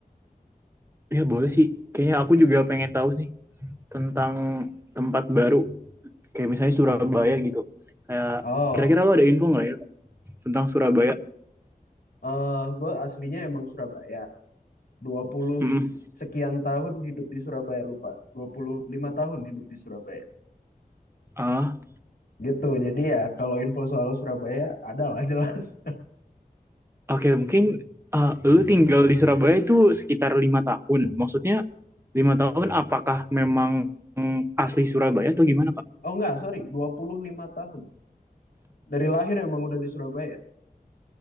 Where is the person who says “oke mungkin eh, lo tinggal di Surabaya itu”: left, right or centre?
Right